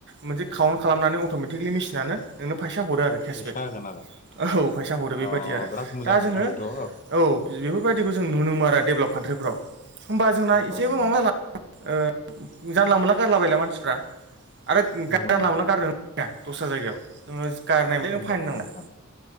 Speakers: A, on the right; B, on the left.
A: मोनसे काउन्ट खालामनानै अट'मेटिकलि मेसिनानो नोंनो फैसा फैसा हरो आरो केसबेक
B: फैसा होगोन आरो
A: औ फैसा हरो बेबायाददि
B: अ
A: आरो
B: बिराद मोजां
A: दा
B: नोंथां
A: जोङो
B: बेथ' औ
A: औ। बेफोरबायदिखौ जों नुनो मोनो आरो डेभलप कान्ट्रिफ्राव होमबा जोंना
B: नंगौ
A: एसेबो
B: नंगौ
A: माबा
B: नोंथां
A: जाला ओ जानला मोनला गारलाबायला मानसिफ्रा आरो जानला
B: नंगौ नंगौ
A: मोनला गारनोहोआ दस्रा जायगायाव नोङो गारनायमोन नों
B: नंगौ
A: फाइन
B: नंगौ
A: नांनाय
B: नोंथां